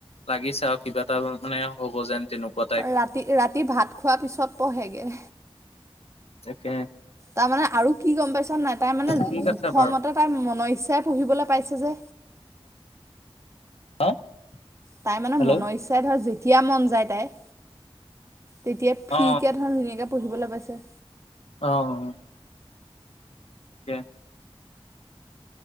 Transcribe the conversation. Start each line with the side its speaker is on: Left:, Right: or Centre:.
Left: লাগিছে আৰু কিবা এটা মানে হ'ব যেন তেনেকুৱা টাইপ
Right: ৰাতি ৰাতি ভাত খোৱাৰ পিছত পঢ়েগে
Left: তাকে
Right: তাৰমানে আৰু কি গম পাইছ নাই তাই মানে
Left: ঠিক আছে
Right: জোখ
Left: বাৰু
Right: মতে তাই মন ইচ্ছা পঢ়িবলৈ পাইছে যে
Left: <unintelligible>
Right: তাই মানে
Left: হেল্ল'
Right: মনৰ ইচ্ছাই ধৰ যেতিয়া মন যায় তাই তেতিয়া ফ্ৰী
Left: অ অ
Right: কে ধৰ ধুনীয়াকে পঢ়িবলৈ পাইছে।
Left: অহ অকে